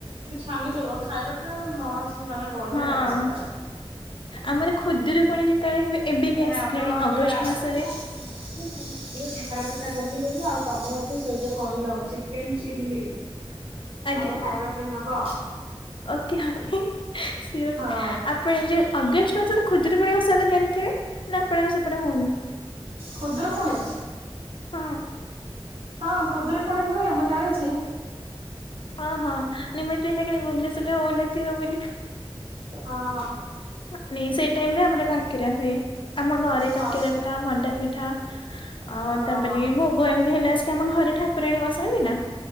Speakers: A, on the right; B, on the left.
A: ମାନିଦବ ଖାଇବା <unintelligible> ପାଇଁ ମସତ ମାନେ ବଢିଆ
B: ହଁ
A: ଲାଗେ ସେଟା
B: ଆମର
A: ହୁଁ।
B: ଖୁଦରୁକୁଣୀ ଯେତେବେଳେ ହୁଏ ଏବେ
A: ହେଲେ
B: ବି ଆସିଲାଣି
A: ଆପଣ କେବେ
B: ଅଗଷ୍ଟ
A: ଆସିଲେ
B: ମାସରେ
A: <unintelligible> କାକରା ପିଠା କରିକି ଦେବି ଆଉ ତମେ ମତେ ସେଯୋଉ କହିଲ ଚିକେନ ଚିଲ୍ଲି
B: ଆଜ୍ଞା
A: ମତେ ଖାଇବା ପାଇଁ ଦବ
B: ଓକେ ଓକେ ସିଓର
A: ହଁ।
B: ଆପଣ ଯୋଉ ଅଗଷ୍ଟ <unintelligible> ଖୁଦରୁକୁଣୀ ଓଷା ତ ଜାଣିଥିବେ ନା ଆପଣଙ୍କ ର ସେପଟେ ହୋଉନି
A: ଖୁଦୁରୁକୁଣୀ
B: ହଁ?
A: ହଁ ଖୁଦୁରୁକୁଣୀ ହୁଏ ମୁଁ ଜାଣିଛି।
B: ହଁ ହଁ ନା ମତେ ଟିକେ ଲାଗିଲା କାଳେ ଭୁବନେଶ୍ୱରରେ ହୋଉନଥିବ ବୋଲି
A: ହଁ ହଁ
B: <unintelligible> ସେଇ ଟାଇମ ରେ ଆମର କାକେରା ହୁଏ। ଆମ ଘରେ
A: ହଁ
B: କାକେରା ପିଠା ମଣ୍ଡା ପିଠା ଆଉ
A: ହଁ
B: ତାପରେ
A: ହଁ।
B: ଭୋଗ ଏମିତି ହେଲେ ଆସିକି ଆମ ଘରେ ଠାକୁରାଣୀ ବଶାନ୍ତି ନା